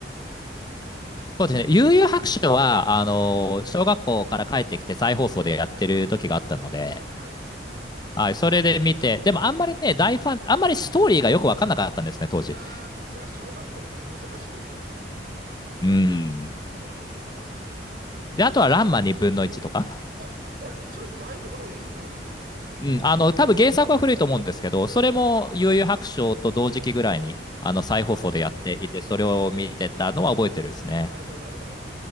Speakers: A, on the right; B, on the left.
A: うん、
B: そうですね。
A: そうです。
B: 悠々白書は、あの、
A: はい。
B: 小学校から帰ってきて再放送でやってる時があったので、
A: はいはい。あ、
B: はい、それで見て、でもあんまりね、大ファン、あんまりストーリーがよくわかんなかったんですね、当時。
A: ああ、それは小学校で難しいですよ、あれは。うん。
B: うん。
A: うん、小学生には。うん
B: で、あとはランマ2分の1とか。
A: あ、あれそれだいぶ古いですよね、ラーマ2分2分の1って。
B: うん、あの、多分原作は古いと思うんですけど、それも悠々白書と同時期ぐらいに、
A: はい。はい。
B: あの、再放送でやっていて、
A: ああ、
B: それを見てたのは覚えてるですね。
A: なるほど、なるほど。